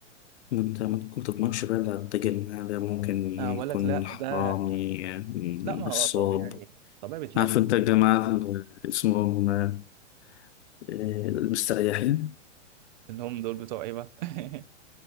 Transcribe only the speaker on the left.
انت ممكن تضمنش بقى اللي هتتاجر معاه ده ممكن يكون
حرامي
آه،
نصاب
عارف انت الجماعة اللي اسمهم آه، المستريحين